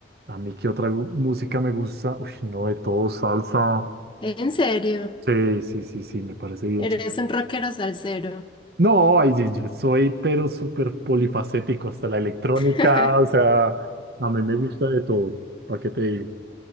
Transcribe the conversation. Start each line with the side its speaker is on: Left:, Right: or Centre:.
Right: A mí, ¿qué otra gu- música me gusta? Uy, no, de todo, salsa.
Left: ¿En serio?
Right: Sí, sí, sí, sí, me parece bien.
Left: Eres
Right: chi-
Left: un rockero salsero.
Right: No, ay, yo yo soy pero súper polifacético, hasta la electrónica,
Left: <laughs>
Right: o sea, a mí me gusta de todo, ¿para qué te digo?